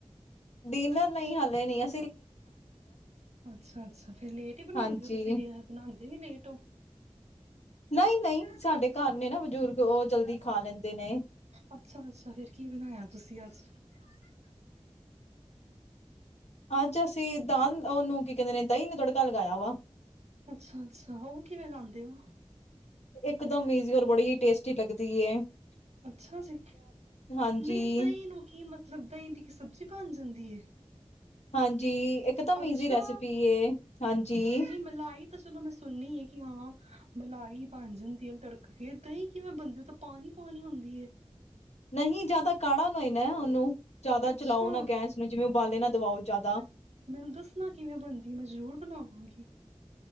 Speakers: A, on the left (about 75°); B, on the right (about 80°).
A: ਡਿਨਰ ਨਈ, ਹਾਲੇ ਨੀ ਅ
B: ਅੱਛਾ, ਅੱਛਾ ਫਿਰ ਲੇਟ ਈ ਬਨਾੰਦੇ
A: ਹਾਂਜੀ
B: ਓ ਤੁਸੀਂ ਡਿਨਰ, ਬਨਾੰਦੇ ਈ ਲੇਟ ਓ।
A: ਨਈਂ, ਨਈਂ ਸਾਡੇ ਘਾਰ ਨੇ ਨਾ ਬਜ਼ੁਰਗ। ਓ ਜਲਦੀ ਖਾ ਲੈਂਦੇ ਨੇ।
B: ਅੱਛਾ, ਅੱਛਾ ਫਿਰ ਕੀ ਬਨਾਇਆ ਤੁਸੀਂ ਅੱਜ।
A: ਅਜ, ਅਸੀਂ ਦਾਲਨ ਉਹਨੂੰ ਕੀ ਕਹਿੰਦੇ ਨੇ ਦਈਂ ਨੂਂ ਤੜਕਾ ਲਗਾਇਆ ਵਾ।
B: ਅੱਛਾ, ਅੱਛਾ ਉਹ ਕਿਵੇਂ ਲਾਉਦੇ ਉਹ।
A: ਇਕਦਮ ਈਜ਼ੀ, ਔਰ ਬੜੀ ਹੀ ਟੇਸਟੀ ਟੀ ਲੱਗਦੀ ਹੈ ਟੀ <inaudible>
B: ਅੱਛਾ ਜੀ,
A: ਹਾਂਜੀ
B: ਨਈਂ ਦਈਂ ਨੂੰ ਕੀਮਤ ਦਈਂ ਦੀ ਕੀ ਸਬਜ਼ੀ ਬਣ ਜਾਂਦੀ ਹੈ?
A: ਹਾਂਜੀ। ਇੱਕਦਮ
B: ਅੱਛਾ
A: ਈਜ਼ੀ ਰੈਸਿਪੀ ਏ। ਹਾਂਜੀ।
B: ਨਹੀਂ ਮਲਾਈ ਤਾਂ ਚਲੋ, ਮੈਂ ਸੁਨਨੀ ਹ ਕਿ ਹਾਂ, ਮਲਾਈ ਬਨ ਜਾਂਦੀ ਏ ਤੜਕ ਕੇ, ਦਈਂ ਕਿਵੇਂ ਬਨਦੀ, ਓ ਤਾਂ ਪਾਨੀ ਪਾਨੀ ਹੁੰਦੀ ਏ।
A: ਨਹੀਂ ਜਿਆਦਾ ਕਾੜਾ ਈ ਨਾ ਉਹਨੂੰ <inaudible>
B: ਅੱਛਾ,
A: ਚਲਾਓ ਨਾ ਗੈਸ ਨੂੰ ਜਿਵੇਂ ਉਬਾਲੇ ਨਾ ਦਵਾਓ ਜ਼ਿਆਦਾ
B: ਮੈਨੂੰ ਦੱਸਨਾ ਕਿਵੇਂ ਬਨਦੀ, ਮੈਂ ਜਰੂਰ ਬਨਾਵਾਂਗੀ। <unintelligible>